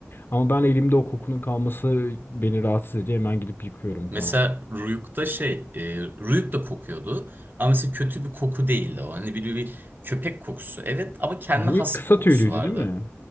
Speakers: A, on the left; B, on the right.
A: ama ben elimde o kokunun kalması beni rahatsız ediyor. Hemen gidip yıkıyorum falan.
B: Mesela Ruyuk'ta şey e, Ruyuk da kokuyordu. Ama mesela kötü bir koku değildi o. Hani bir, bir köpek kokusu. Evet ama kendine
A: Büyük
B: has
A: kısa
B: bir kokusu
A: tüylüydü
B: vardı.
A: değil mi?